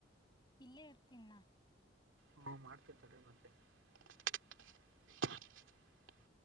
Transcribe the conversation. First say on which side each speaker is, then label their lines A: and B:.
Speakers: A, on the left; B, on the right.
A: ಇಲ್ಲೇ ಇರ್ತೀನ್ ನಾ? <unintelligible>
B: ಹೂ ಮಾಡ್ತೀನ ತಡಿ ಮತ್ತೆ. <unintelligible>